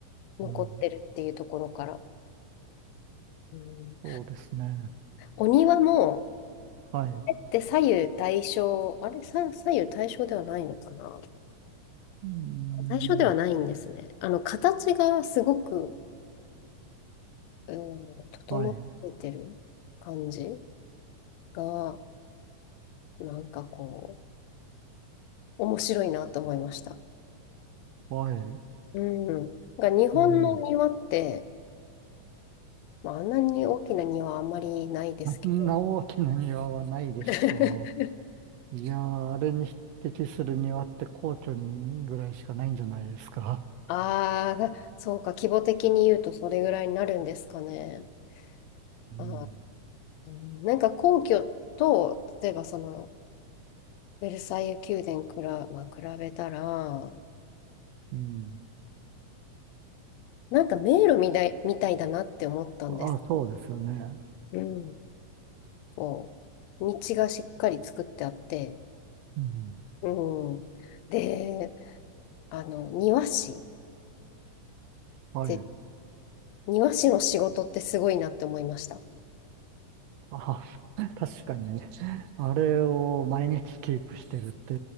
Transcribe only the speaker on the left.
残ってるっていうところから。
うん、
お庭も、
あって左右対称、あれ、さ左右対称ではないのかな
対称ではないんですね。あの、形がすごく、うん、整っててる感じ
が、なんかこう、面白いなと思いました。
うん。が日本の庭って、
まあ、あんなに大きな庭はあんまりないですけど。
<laughs>
ああ、そうか、規模的に言うとそれぐらいになるんですかね。
あー、うんなんか皇居と、例えばその、ベルサイユ宮殿くら、まあ、比べたら、
なんか迷路みたい、みたいだなって思ったんです。
うん。こう、道がしっかり作ってあって、
うん。で、あの、庭師っ
て、庭師の仕事ってすごいなって思いました。